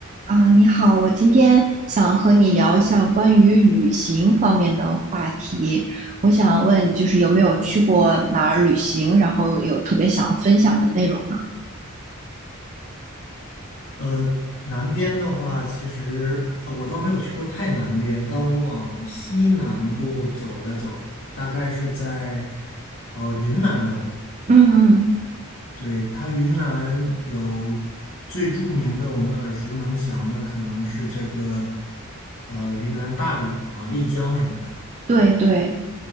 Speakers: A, on the right; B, on the left.
A: 啊，你好，我今天想和你聊一下关于旅行方面的话题。我想问你，就是有没有去过哪儿旅行，然后有特别想分享的内容呢？
B: 呃，南边的话，其实呃，我倒没有去过太南边，但我往西南部走了走，大概是在呃云南那里。
A: 嗯嗯，
B: 对，它云南有最著名的，我们耳熟能详的，可能是这个呃云南大理嘛、丽江什么的。
A: 对对，